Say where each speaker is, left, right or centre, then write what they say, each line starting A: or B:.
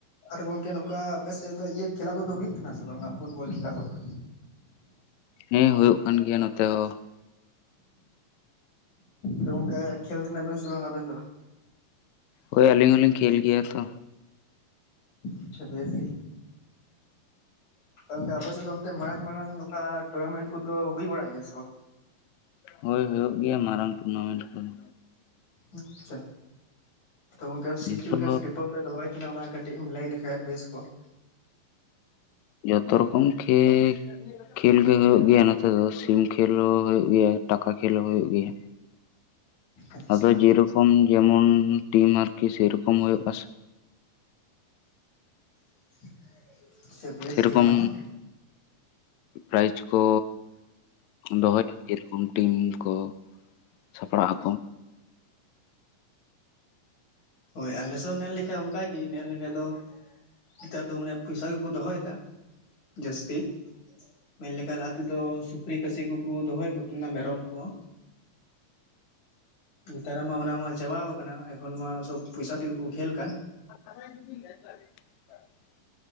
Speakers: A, on the left; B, on the left.
A: ᱟᱨ ᱜᱚᱝᱠᱮ ᱱᱚᱝᱠᱟ ᱟᱯᱮ ᱥᱮᱫ ᱫᱚ ᱤᱭᱟᱹ ᱠᱷᱮᱞᱟ ᱠᱚᱫᱚ ᱦᱩᱭᱩᱜ ᱠᱟᱱᱟ ᱥᱮ ᱵᱟᱝ ᱯᱷᱩᱴᱵᱚᱞ ᱠᱷᱮᱞᱟ ᱠᱚᱫᱚ?
B: ᱦᱮᱸ ᱦᱳᱭᱳᱜ ᱠᱟᱱ ᱜᱮᱭᱟ ᱱᱚᱛᱮ ᱦᱚᱸ᱾
A: ᱜᱚᱝᱠᱮ ᱠᱷᱮᱹᱞ ᱛᱮᱱᱟᱜ ᱵᱮᱱ ᱥᱮ ᱵᱟᱝ ᱟᱵᱮᱱ ᱫᱚ᱾
B: ᱦᱳᱭ ᱟᱹᱞᱤᱧ ᱦᱚᱞᱤᱧ ᱠᱷᱮᱞ ᱜᱮᱭᱟ ᱛᱚ᱾
A: ᱟᱪᱪᱷᱟ ᱵᱤᱥ ᱜᱮ ᱛᱚ ᱜᱚᱢᱠᱮ ᱟᱯᱮ ᱥᱮᱫ ᱫᱚ ᱢᱟᱲᱟᱝ ᱢᱟᱨᱟᱝ ᱱᱚᱝᱠᱟ ᱴᱩᱨᱱᱟᱢᱮᱱᱴ ᱠᱚᱫᱚ ᱦᱩᱭ ᱵᱟᱲᱟᱭ ᱜᱮᱭᱟ ᱥᱮ ᱵᱟᱝ?
B: ᱦᱳᱭ ᱦᱩᱭᱩᱜ ᱜᱮᱭᱟ ᱢᱟᱨᱟᱝ ᱴᱩᱨᱱᱟᱢᱮᱱᱴ ᱠᱚᱫᱚ᱾
A: ᱟᱪᱪᱷᱟ ᱛᱚ ᱚᱱᱠᱟ ᱪᱮᱫᱠᱟ
B: ᱡᱚᱛᱚ
A: ᱥᱤᱨᱯᱟᱹ ᱯᱮ ᱫᱚᱦᱚᱭ ᱛᱟᱦᱮᱱᱟ ᱚᱱᱟ ᱠᱟᱹᱴᱤᱡ ᱠᱟᱹᱴᱤᱡ ᱮᱢ ᱞᱟᱹᱭ ᱞᱮᱠᱷᱷᱟᱡ ᱵᱮᱥ ᱠᱚᱜᱼᱟ᱾
B: ᱡᱚᱛᱚ ᱨᱚᱠᱚᱢ ᱠᱷᱮᱞ ᱠᱷᱮᱞ ᱜᱮ ᱦᱩᱭᱩᱜ ᱜᱮᱭᱟ ᱱᱚᱛᱮ ᱫᱚ ᱥᱤᱢ ᱠᱷᱮᱞ ᱦᱚᱸ ᱦᱩᱭᱩᱜ ᱜᱮᱭᱟ ᱴᱟᱠᱟ ᱠᱷᱮᱞ ᱦᱚᱸ ᱦᱩᱭᱩᱜ ᱜᱮᱭᱟ᱾
A: ᱟᱪᱪᱷᱟ
B: ᱟᱫᱚ ᱡᱮᱨᱚᱠᱚᱢ ᱡᱮᱢᱚᱱ ᱴᱤᱢ ᱟᱨᱠᱤ ᱥᱮᱨᱚᱠᱚᱢ ᱦᱩᱭᱩᱜᱼᱟᱥᱮ᱾
A: <inaudible>
B: ᱥᱮᱨᱚᱠᱚᱢ
A: ᱜᱮ ᱚᱱᱟ ᱦᱚᱸ
B: ᱯᱨᱟᱭᱤᱡᱽ ᱠᱚ ᱫᱚᱦᱚᱭᱟ ᱨᱚᱠᱚᱢ ᱴᱤᱢ ᱠᱚ ᱥᱟᱯᱲᱟᱜ ᱟᱠᱚ᱾
A: ᱦᱳᱭ ᱟᱞᱮᱥᱮᱫ ᱮᱢ ᱧᱮᱞ ᱞᱮᱠᱷᱟᱡ ᱚᱱᱠᱟ ᱜᱮ ᱧᱮᱞ ᱞᱮᱠᱷᱟᱡ ᱫᱚ ᱱᱮᱛᱟᱨ ᱫᱚ ᱢᱟᱱᱮ ᱯᱚᱭᱥᱟ ᱜᱮᱠᱚ ᱫᱚᱦᱚᱭᱮᱫᱟ ᱡᱟᱹᱥᱛᱤ᱾ ᱢᱮᱱ ᱞᱮᱠᱷᱟᱱ ᱞᱟᱦᱟ ᱛᱮᱫᱚ ᱥᱩᱠᱨᱤ ᱠᱟᱹᱥᱤ ᱠᱚᱠᱚ ᱫᱚᱦᱚᱭᱮᱫ ᱠᱚ ᱛᱟᱦᱮᱱᱟ ᱢᱮᱨᱚᱢ ᱠᱚᱦᱚᱸ᱾ ᱱᱮᱛᱟᱨ ᱢᱟ ᱚᱱᱟᱢᱟ ᱪᱟᱵᱟᱣ ᱟᱠᱟᱱᱟ᱾ ᱮᱠᱷᱚᱱ ᱢᱟ ᱥᱚᱵ ᱯᱚᱭᱥᱟ ᱛᱮᱜᱮ ᱠᱚ ᱠᱷᱮᱞ ᱠᱟᱱ᱾
B: <unintelligible>